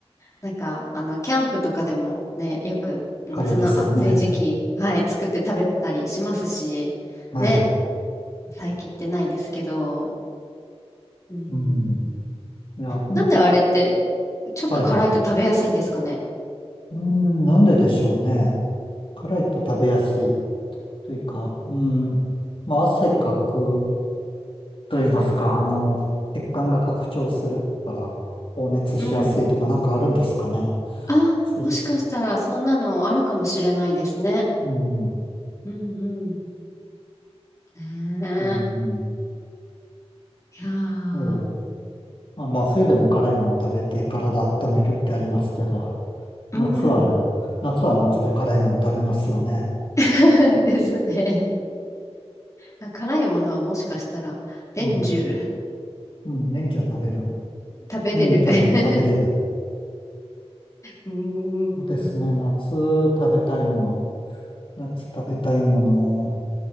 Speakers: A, on the left (about 30°); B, on the left (about 55°).
A: なんか、あの、キャンプとかでもね、よく夏の暑い時期、
B: カレーですよね。
A: はい、作って食べたりしますし、
B: はい。
A: ね、最近行ってないですけど、うーん。
B: うん。いや、うん
A: なんであれって、ちょっと辛いと食べやすいんですかね。
B: はい。うん、なんででしょうね。辛いと食べやすい
A: うん
B: というか、うん、まあ、汗かくと言いますか、あの、血管が拡張するから放熱しやすいとかなんかあるんですかね。
A: うん。あ、
B: ついて。
A: もしかしたらそんなのあるかもしれないですね。
B: うん、
A: うんうん。ね
B: うん。
A: え。いやー
B: ええまあ、まあ、冬でも辛いもの食べて体温めるってありますけど、
A: うん。
B: 夏は、夏は夏で辛いもの食べますよね。
A: <laughs> ですね。あ辛いものはもしかしたら年中
B: うん、うん、年中食べる。
A: 食べれる。
B: うん、食べる、
A: <laughs>
B: 食べれる。
A: うん。
B: そうですね。夏食べたいもの。夏食べたいもの。